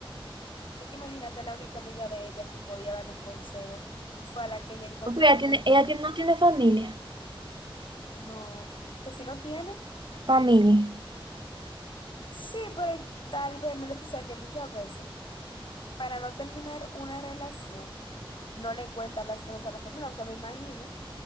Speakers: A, on the left; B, on the right.
A: Es que imagínate, la única amiga de ella que podía darle un consejo fue a la que ella encontró
B: Porque ella
A: con
B: tiene,
A: el
B: ella
A: marido.
B: tiene- no tiene familia.
A: No, que si no tiene.
B: Familia.
A: Sí, pero tal vez, mira, tú sabes que muchas veces, para no terminar una relación, no le cuentan las cosas a la familia, aunque me imagino